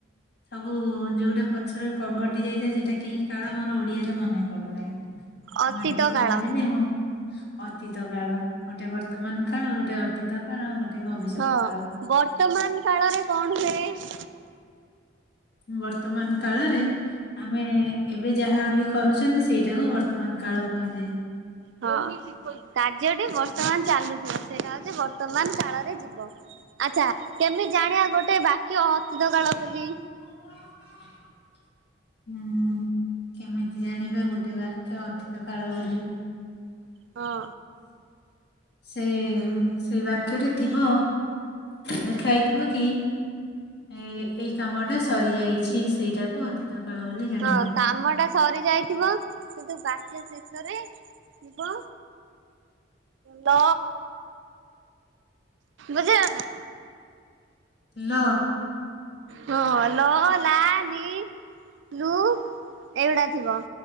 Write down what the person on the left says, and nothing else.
ସବୁ ଯୋଉ ଟା ପଛରେ ଘ ଘଟି ଯାଇଥାଏ ସେଟା କି କାଳ ମୋର ଓଡିଆରେ ମନେ ପଡୁନାହିଁ। ତମେ
ଟିକେ
କହିଦେଲେ ମୁ ଅତୀତ କାଳ, ଗୋଟେ ବର୍ତ୍ତମାନ କାଳ, ଗୋଟେ ଅତୀତ କାଳ, ଗୋଟେ ଭବିଷ୍ୟତ
କାଳ।
ବର୍ତ୍ତମାନ କାଳରେ? ଆମେ ଏବେ ଯାହା ବି କରୁଚନ୍ତି ସେଇଟାକୁ ବର୍ତ୍ତମାନ କାଳ କୁହାଯାଏ।
<inaudible> ହୁଁ କେମିତି ଜାଣିବା ଗୋଟେ ବାକ୍ୟ ଅତୀତ କାଳ ବୋଲି।
ସେ ସେଇ ବାକ୍ୟରେ ଥିବ ଲେଖା ହେଇଥିବ କି ଏ ଏଇ କାମ ଟା ସରିଯାଇଚି ସେଇଟାକୁ ଅତୀତ କାଳ ବୋଲି ଜାଣିବା।
ନ?